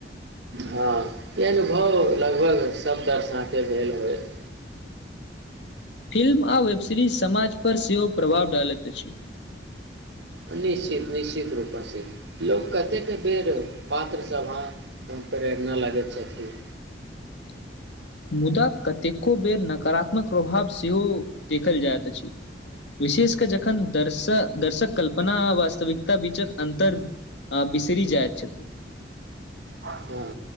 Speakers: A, on the right; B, on the left.
A: हँ ई अनुभव लगभग सभ दर्शाके भेल होयत
B: फिल्म आ वेब सीरिज समाज पर सेहो प्रभाव डालैत अछि
A: निश्चित निश्चित रूपसँ लोक कतेक बेर पात्रसभ प्रेरणा लागै छथि
B: <inaudible> मुदा कतेको बेर नकारात्मक प्रभाव सेहो देखल जाइत अछि विशेष क जखन दर्श दर्शक कल्पना आ वास्तविकता बीचक अन्तर आ बिसरि जायत छथि
A: हू